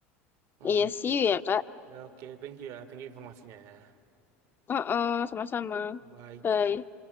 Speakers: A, on the right; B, on the left.
A: Heeh.
B: iya sih ya Kak.
A: Ya, Oke, thank you ya. Thank you informasinya ya.
B: Oh sama-sama.
A: Bye bye.
B: Bye.